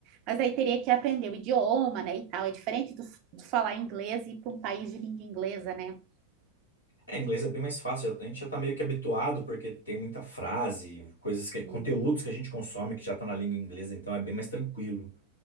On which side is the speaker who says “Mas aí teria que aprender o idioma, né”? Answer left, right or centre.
Right